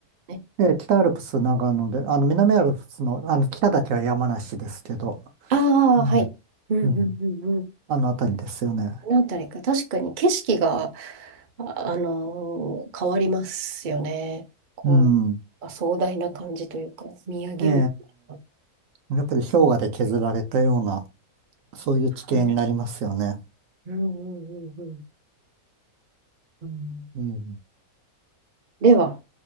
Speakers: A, on the right; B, on the right.
A: ね。
B: え、ええ北アルプス長野で、あの、南アルプスの、あの、北だけは山梨ですけど、
A: ああ、
B: ね
A: はい。うんうんうんうん。
B: うん。あの辺りですよね。
A: あの辺りか。確かに景色が、あ、あのー変わりますよね。こう、
B: うん。
A: あ壮大な感じというか、見上げる。
B: ええ、
A: あ
B: やっぱり氷河で削られたような、そういう地形になりますよね。
A: うんうんうんうんうん。
B: うん。
A: では、